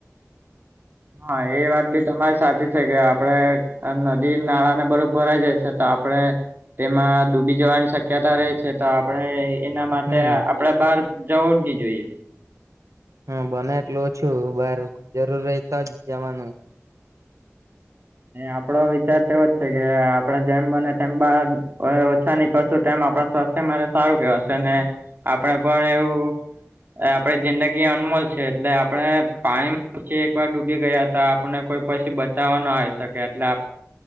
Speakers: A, on the right; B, on the right.
A: હા એ વાત બી તમારી સાચી કે આપડણે નદી નાળાને બરુંબ ભરાઈ જાય છે તો આપડણે તેમાં ડૂબી જવાની શક્યતા રહે છે તો આપડણે એના માટે
B: હમ
A: આપડે બહાર જવું જ નહ જોઈએ
B: હા બને એટલું ઓછું બાર જરૂર ર તો જ જવાનું
A: આપડો વિચાર તોવો જ છે કે આપડે જેમ બને તેમ બાર ઓછા નીકળશું તેમ આપડા સ્વાસ્થ્ય માટે સારું કેવાશે ને આપડે પણ એવું આપણે જિંદગી અનમોલ છે એટલે આપણે પાણી માં પછી એકવાર ડૂબી ગયા હતા આપણે કોઈ પછી બચાવવા ના આવી શકે એટલે